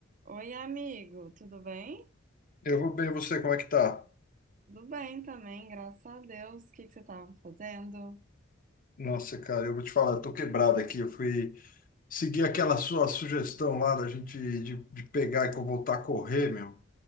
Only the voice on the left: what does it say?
Eu vou bem, e você, como é que tá?
Nossa, cara, eu vou te falar, eu tô quebrado aqui. Eu fui seguir aquela sua sugestão lá da gente de, de pegar e co- voltar a correr, meu.